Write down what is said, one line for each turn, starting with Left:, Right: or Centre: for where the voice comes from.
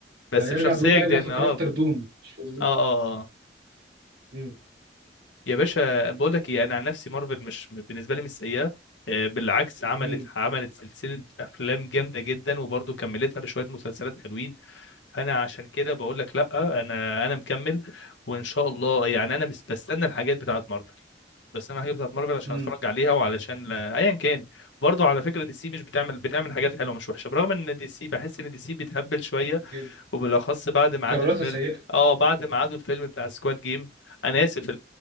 Left: بس
Right: هيرجع
Left: بشخصيه
Right: بيقول هيرجع
Left: جديده
Right: في كاركتر
Left: اه اه
Right: دوم مش في الزيرو.
Left: اه آه.
Right: مم.
Left: يا باشا بقول لك ايه انا عن نفسي مارفل مش بالنسبه لي مش سيئه آه، بالعكس عملت
Right: مم.
Left: عملت سلسله افلام جامده جدا وبرضه كملتها بشويه مسلسلات حلوين فانا عشان كده بقول لك لا انا انا مكمل وان شاء الله يعني انا بس بستنى الحاجات بتاعه مارفل بس انا الحاجات بتاعه مارفل عشان
Right: مم.
Left: اتفرج عليها وعلشان لا- ايا كان برضه على فكره دي سي مش بتعمل بتعمل حاجات حلوه مش وحشه برغم ان دي سي بحس ان دي سي بتهبل شويه
Right: جدا
Left: وبالاخص بعد ما عادوا
Right: قراراتها
Left: الفيلم
Right: سيئه
Left: اه بعد ما عادوا الفيلم بتاع سكواد جيم انا اسف